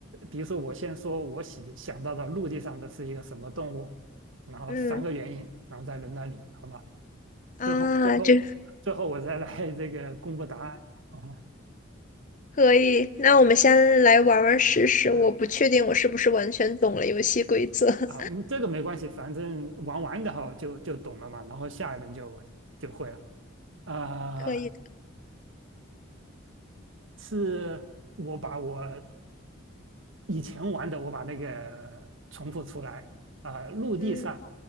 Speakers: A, on the right; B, on the left.
A: 比如说我先说我喜想到的陆地上的是一个什么动物，然后三个原因，
B: 嗯，
A: 然后再轮到你，好吧？
B: 啊，
A: 最后最后
B: 这
A: 最后我再来这个公布答案 <laughs>。啊
B: 可以。那我们先来玩玩试试。我不确定我是不是完全懂了游戏规则。
A: 嗯
B: <laughs>
A: 啊，嗯这个没关系，反正玩完的哈，就就懂了嘛，然后下一轮就就会了。啊、
B: 可以的，
A: 是我把我以前玩的，我把那个重复出来。啊、陆地上，
B: 嗯